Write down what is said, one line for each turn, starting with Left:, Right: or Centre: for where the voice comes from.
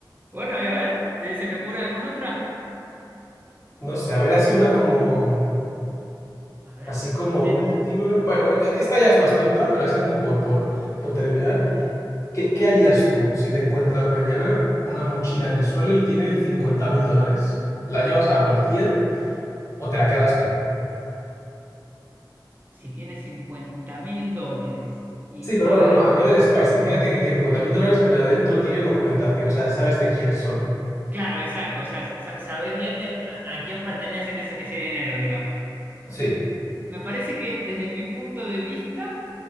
Right: Bueno, y a ver, ¿te- ¿se te ocurre alguna otra?
Left: No sé, a ver, así una como,
Right: A ver,
Left: así como
Right: no sé,
Left: última. Bueno, e- esta ya es más tonta, pero así como por, por, por terminar. ¿Qué, qué harías tú si te encuentras mañana una mochila en el suelo y tiene cincuenta mil dólares? ¿La llevas a la policía o te la quedas tú?
Right: si tienes cincuenta mil dólares. Y,
Left: Sí, pero
Right: a
Left: bueno,
Right: ver,
Left: no, añade el Spice. Imagínate que tiene cincuenta mil dólares, pero adentro tiene documentación, o sea, sabes de quiénes son.
Right: claro, exacto, o sea, sa- sabés bien de a, a quién pertenece ese, ese dinero, digamos.
Left: Sí.
Right: Me parece que desde mi punto de vista